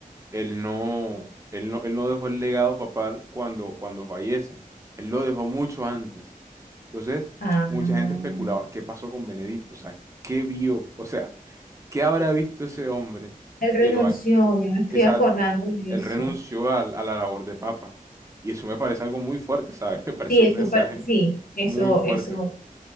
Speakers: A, on the right; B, on the left.
A: él no, él no, él no dejó el legado papal cuando, cuando fallece, él lo dejó mucho antes. Entonces,
B: Ah,
A: mucha gente especulaba, ¿qué pasó con Benedicto? O sea, ¿qué vio? O sea, ¿qué habrá visto ese hombre
B: él renunció,
A: que lo hay?
B: ya me estoy
A: Exacto.
B: acordando de
A: Él
B: eso.
A: renunció al- a, la labor de papa. Y eso me parece algo muy fuerte, ¿sabes? <laughs> Me parece
B: Sí, eso,
A: un mensaje
B: pa- sí, eso,
A: muy fuerte.
B: eso.